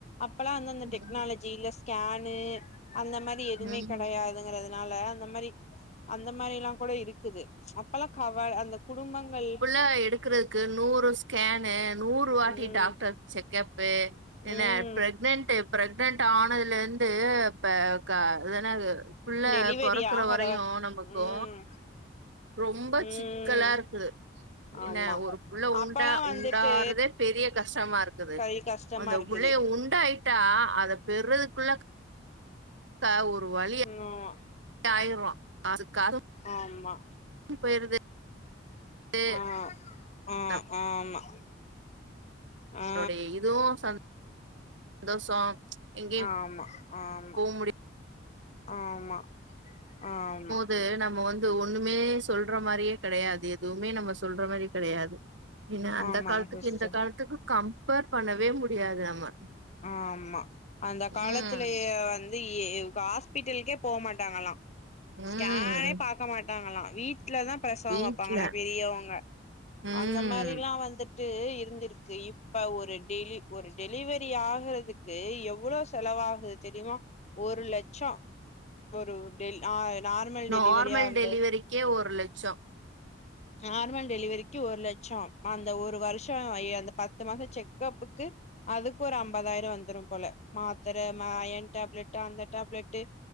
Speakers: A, on the left; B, on the right.
A: அப்பெல்லா வந்து அந்த
B: ம்
A: டெக்னாலஜி இல்ல ஸ்கேனு அந்த மாதி அப்டி எதுவுமே
B: ம்
A: கெடையாதுங்கிறதுனால அந்த மாரி அந்த மாரில்லா கூட இருக்குது அப்பல்லா கவல் அந்த குடும்பங்கள்
B: த எடுக்கறதுக்கு நூறு ஸ்கேனு நூறு வாட்டி
A: ம்
B: டாக்டர் செக்கப்பு என்ன
A: ம்
B: ப்ரெக்னன்ட் ப்ரெக்னன்ட் ஆனதுல இருந்து இப்ப க அது என்னாது புள்ள
A: டெலிவரி
B: பொறக்குற
A: ஆகற
B: வரையு நமக்கு
A: ம்
B: ரொம்ப
A: ம்
B: சிக் க்கலா இருக்குது என்ன
A: ஆமா
B: ஒரு புள்ள உண்டா
A: அப்பல்லா வந்துட்டு
B: உண்டாருதே பெரிய கஷ்டமா இருக்குது
A: கை கஷ்டமா
B: அந்த
A: இருக்குது
B: புள்ளைய உண்டாயிட்டா அத பெறதுக்குள்ள க ஒரு வழியா
A: ம் ஆமா
B: ஆயிருவோ அதுக்காக
A: ஆமா
B: உயிர் போயிருது து
A: ஆ ஆ
B: நம்
A: ஆமா ஆ
B: உங்ளோடைய இதுவு சந் சந்தோஷோ எங்கேயு
A: ஆமா ஆமா
B: போ முடிய
A: ஆமா ஆமா ஆமா
B: இது நம்ம வந் இது ஒன்னுமே சொல்ற மாரியே கெடையாது எதுவுமே நம்ம சொல்ற மாரி கெடையாது மின்ன அந்த
A: ஆமாங்க
B: காலத்துக்கு
A: சிஸ்டர்
B: இந்த காலத்துக்கு கம்பேர் பண்ணவே முடியாது நம்ம
A: ஆமா அந்த காலத்லயே
B: ம்
A: வந் து ஹாஸ்பிட்டல்க்கே போ மாட்டாங்கலா
B: ம்
A: ஸ்கேனே பாக் பக்க மாட்டாங்களா வீட்லதா பிரசவோ
B: வீட்ல
A: பாப்பாங்களா பெரியவுங்க
B: ம்
A: அந்த மாரிலா வந்து ட்டு இருந்திருக்கு இப்ப ஒரு டெலி ஒரு டெலிவரி ஆகதுக்கு எவ்ளோ செலவாகுது தெரிமா ஒரு லட்சோ ஒரு டெல் ஆ நார்மல்
B: நார்மல்
A: டெலிவரியா வந்து
B: டெலிவரிக்கே ஒரு லட்சோ
A: நார்மல் டெலிவரிக்கு ஒரு லட்சோ அந்த ஒரு வருஷோ அந்த பத்து மசோ செக்கப்புக்கு அதுக்கு ஓரு அம்பாதயிர வந்துரு போல மாத்தரை அயன் டேப்லெட் அந்த டேப்லெட்டு